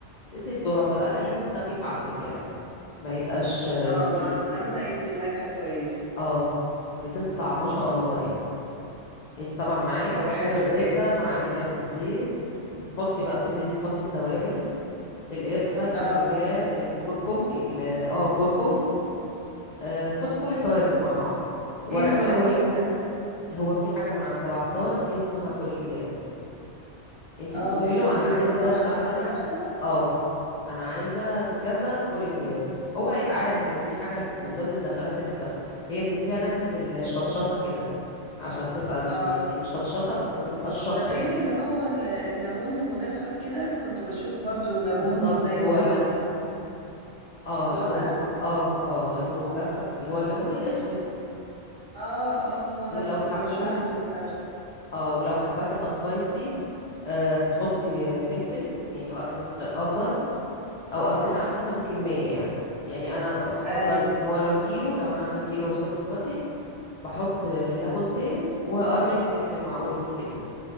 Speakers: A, on the left; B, on the right.
A: زيت ذرة بقى أي زيت خفيف عندك يعني ما يبقاش آه،
B: اه
A: تقيل
B: مع السمنة يدي نكهة كويسة
A: اه بتطلع ما شاء الله يعني انت طبعا معايا
B: طب
A: حطينا
B: حلو
A: الزبدة
B: جدا
A: مع ندعة الزيت بتحطي بقى بتبتدي تحطي التوابل القرفة الباذنجان
B: اه
A: الكركم ال- اه كركم آه بتحطي كل التوابل مع بعض ورق
B: ايه الكولنجين
A: لوري
B: ده
A: هو في حاجة من عند العطار دي اسمها كولينجان انت
B: اه
A: بتقولي له
B: دي
A: انا عايزه
B: اللي مخصوص
A: مثلا
B: للكبسة
A: اه انا عايزه بكذا كولينجان هو هيبقى عارف ان دي حاجه من ضمن دخلات الكبسه هي بتديها نكهه الشطشطه كده عشان تبقى م-
B: اه
A: يعني مش شطشطه بس ما تبقاش شطه
B: ده غير اللي هو ال- الليمون المجفف كده كنت بشوف برضو ليمون
A: بالظبط
B: زي
A: هو
B: الليمون
A: لم اه ليمون
B: هو ده
A: مج... اه اه ليمون مجفف اللي هو الليمون الاسود
B: اه اه هو ده
A: ولو
B: اللي كنت
A: حباه
B: بشوفه في الكبسة
A: اه ولو حباه تبقى سبايسي آه بتحطي فلفل يعني قرن فلفل اخضر او قرنين على حسب الكميه يعني يعني انا ب- بفضل
B: اي
A: ان هو لو كيلو لو انا عامله كيلو رز بسمتي بحط آه، ليمونتين وقرنين فلفل معقولين كده